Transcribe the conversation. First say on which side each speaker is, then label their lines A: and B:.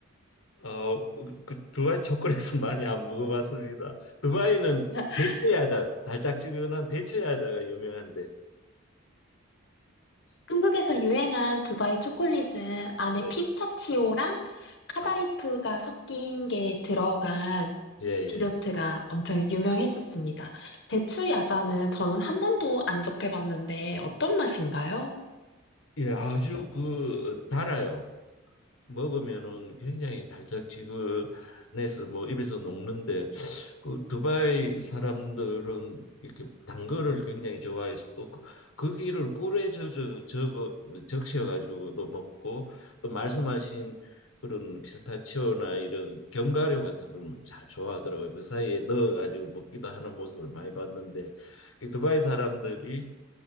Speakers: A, on the left; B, on the left.
A: 어, 그 그 두바이 초콜릿은 <laughs> 많이 안 먹어봤습니다. 두바이는
B: <laughs>
A: 대체야자, 달짝지근한 대체야자가 유명한데
B: 한국에서 유행한 두바이 초콜릿은 안에
A: 네.
B: 피스타치오랑 카다이프가
A: 아,
B: 섞인 게 들어간
A: 예, 예.
B: 디저트가 엄청 유명했었습니다. 대추 야자는 저는 한 번도 안 접해봤는데 어떤 맛인가요?
A: 예, 아주 그 달아요. 먹으면은 굉장히 달짝지근해서 뭐 입에서 녹는데 그 두바이 사람들은 이렇게 단 거를 굉장히 좋아해서 또 그- 거기를 꿀에 저저 저거 뭐 적셔가지고도 먹고 또 말씀하신 그런 피스타치오나 이런 견과류 같은 걸 잘 좋아하더라고요. 그 사이에 넣어가지고 먹기도 하는 모습을 많이 봤는데 그 두바이 사람들이